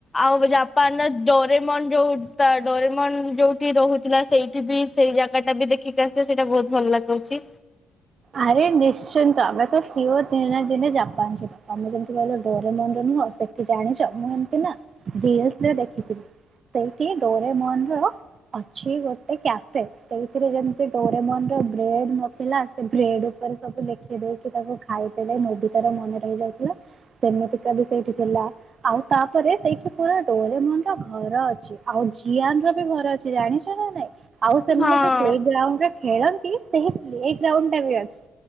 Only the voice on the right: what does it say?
ଆରେ ନିଶ୍ଚିନ୍ତ ଆମେ ତ ସିଓର ଦିନେ ନା ଦିନେ ଜାପ ପାଞ୍ଚିବା ଆମେ ଯେମିତି ଭଲ। ଡୋରେମନ ର ନୁହଁ ସେଠି ଜାଣିଛ ମୁଁ ଏମତି ନା ରିଲସରେ ଦେଖିଥିଲି, ସେଇଠି ଡୋରେମନ ର ଅଛି ଗୋଟେ କ୍ୟାଫେ, ସେଇଥିରେ ଯେମିତି ଡୋରେମନ ବ୍ରେଡ ନଥିଲା। ସେ ବ୍ରେଡ ଉପରେ ସବୁ ଲେଖିଦେଇକି ତାକୁ ଖାଇଦଲେ ମୁଁ ବି ତାର ମନେ ରହିଯାଉଥିଲା ସେମିତିକା ବି ସେଇଠି ଥିଲା ଆଉ ତାପରେ ସେଇଠି ପୁରା ଡୋରେମନ ର ଘର ଅଛି ଆଉ ଜିଆନ ର ବି ଘର ଅଛି। ଜାଣିଛ ନା ନାଇଁ ଆଉ ସେମାନେ
ଯୋଉ ପ୍ଲେ ଗ୍ରାଉଣ୍ଡରେ ଖେଳନ୍ତି ସେ ପ୍ଲେ ଟା ବି ଅଛି।